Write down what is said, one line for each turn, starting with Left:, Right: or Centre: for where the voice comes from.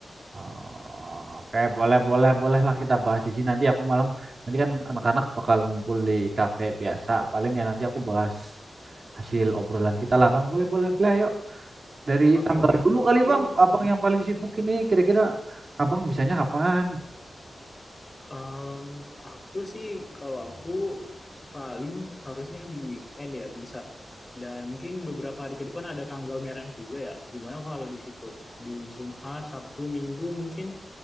Right: Oh, Oke, boleh, boleh, bolehlah
Left: Nah,
Right: kita bahas di sini. Nanti aku malam, nanti kan anak-anak bakal ngumpul di kafe biasa. Paling ya nanti aku bahas hasil obrolan kita lah, Bang. Boleh, boleh, boleh, ayo. Dari
Left: oke
Right: tanggal
Left: oke.
Right: dulu kali
Left: Mungkin
Right: Bang, Abang yang paling sibuk ini kira-kira Abang bisanya kapan?
Left: em, aku sih kalau aku paling harusnya di weekend ya bisa. Dan mungkin beberapa hari ke depan ada tanggal merah juga ya. Gimana kalau di situ? Di Jumat, Sabtu, Minggu mungkin?